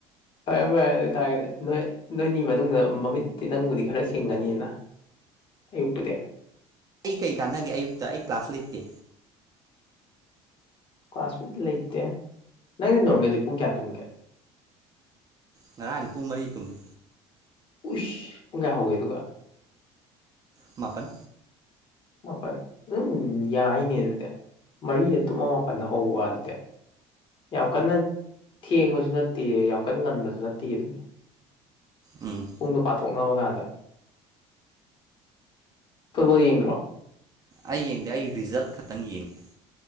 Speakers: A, on the left; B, on the right.
A: ꯐꯔꯦ ꯐꯔꯦ ꯑꯗꯨꯢ ꯇꯥꯔꯒꯗꯤ ꯅꯣꯢ ꯅꯣꯏꯅꯤ ꯃꯅꯨꯡꯗ ꯃꯃꯤꯠꯇꯤ ꯅꯪꯕꯨꯗꯤ ꯈꯔ ꯆꯤꯡꯉꯅꯤꯅ ꯑꯌꯨꯛꯄꯨꯗꯤ
B: ꯑꯩ ꯀꯩ ꯀꯥꯟꯅꯒꯦ ꯑꯌꯨꯛꯇ ꯑꯩ ꯀ꯭ꯂꯥꯁ ꯂꯩꯇꯦ
A: ꯀ꯭ꯂꯥꯁꯄꯨꯇꯤ ꯂꯩꯇꯦ ꯅꯪꯗꯤ ꯅꯣꯔꯃꯦꯜꯂꯤ ꯄꯨꯡ ꯀꯌꯥ ꯇꯨꯝꯒꯦ
B: ꯉꯔꯥꯡꯗꯤ ꯄꯨꯡ ꯃꯔꯤ ꯇꯨꯝꯃꯤ
A: ꯎꯁ ꯄꯨꯡ ꯀꯌꯥ ꯍꯧꯒꯦ ꯑꯗꯨꯒ
B: ꯃꯥꯄꯟ
A: ꯃꯥꯄꯟ ꯑꯗꯨꯝ ꯌꯥꯏꯅꯦ ꯑꯗꯨꯗꯤ ꯃꯔꯤꯗ ꯇꯨꯝꯃ ꯃꯥꯄꯟꯗ ꯍꯧꯕ ꯑꯗꯨꯗꯤ ꯌꯥꯝ ꯀꯟꯅ ꯊꯦꯡꯕꯖꯨ ꯅꯠꯇꯦ ꯌꯥꯝ ꯀꯟꯅ ꯉꯟꯕꯖꯨ ꯅꯠꯇꯦ ꯑꯗꯨꯅꯦ <inaudible>
B: ꯎꯝ
A: ꯄꯨꯡꯗꯣ ꯄꯥꯊꯣꯛꯅꯕ ꯀꯥꯟꯗ ꯐꯨꯠꯕꯣꯜ ꯌꯦꯡꯗ꯭ꯔꯣ
B: ꯑꯩ ꯌꯦꯡꯗꯦ ꯑꯩ ꯔꯤꯖꯜ ꯈꯛꯇꯪ ꯌꯦꯡꯉꯤ